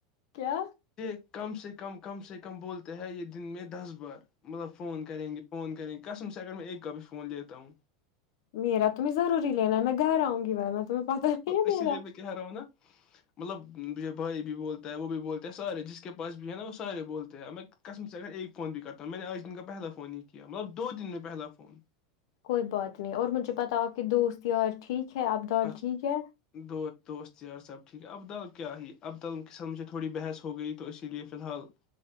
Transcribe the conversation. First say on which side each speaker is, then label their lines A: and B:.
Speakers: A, on the left (about 75°); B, on the left (about 30°).
A: کیا
B: یہ کم سے کم کم سے کم بولتے ہیں یہ دن میں دس بار مطلب فون کریں گے فون کریں گے قسم سے اگر میں ایک کاپی فون لیتا ہوں
A: میرا تمہیں ضوری لینا ہے میں گھر آؤں گی ورنہ تمہیں پتہ نہیں ہے میرا
B: اسی لیے میں کہ رہا ہوں نا مطلب جب بھائی بھی بولتا ہے وہ بھی بولتا ہے سارے جس کے پاس بھی ہے نا وہ سارے بولتے ہیںب میں قسم سے اگر ایک فون بھی کرتا ہوں میں نے آج دن کا پہلا فون ہی کیا مطلب دو دن میں پہلا فون
A: کوئی بات نہیں اور مجھے پتاو آپ کہ دوست یار ٹھیک ٹیک ہے عبدال
B: بس
A: ٹھیک ہے
B: دو دوست یار صاحب ٹھیک ہے عبدال کیا ہے عبدال قسم سے تھوڑی بحث ہو گئی تو اسی لیے فی الحال